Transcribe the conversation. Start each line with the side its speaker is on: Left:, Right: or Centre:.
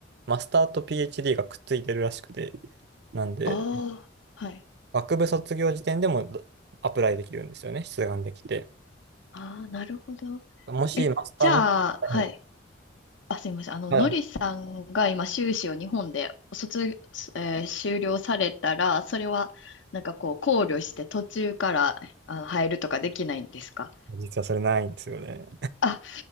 Right: マスターと PhD がくっついてるらしくて、なんで、
Left: ああ、はい。
Right: 学部卒業時点でもアプライできるんですよね、出願できて。
Left: ああ、なるほど。
Right: もしマスターも、
Left: え、じゃあ、
Right: はい
Left: はい。あ、すみません。あの、
Right: はい
Left: のりさんが今、修士を日本で卒、えー修了されたら、それは、なんかこう、考慮して途中からあの入るとかできないんですか
Right: 実はそれないんですよね。
Left: あ、